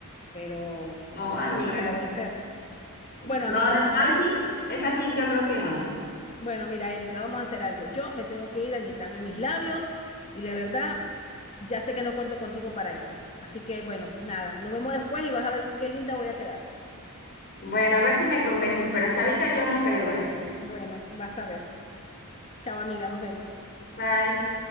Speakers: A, on the left (about 30°); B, on the left (about 45°).
A: pero
B: No, amiga,
A: esa me la voy a hacer. Bueno,
B: no,
A: amiga.
B: no, no, ay, sí, es así, yo creo que no.
A: Bueno, mira, Erika, vamos a hacer algo. Yo me tengo que ir a inyectarme mis labios y la verdad, ya sé que no cuento contigo para esto. Así que bueno, nada, nos vemos después y vas a ver qué linda voy a quedar.
B: Bueno, a ver si me convences, pero hasta ahorita yo no creo, ¿eh?
A: Bueno, vas a ver. Chao, amiga, nos vemos.
B: Bye.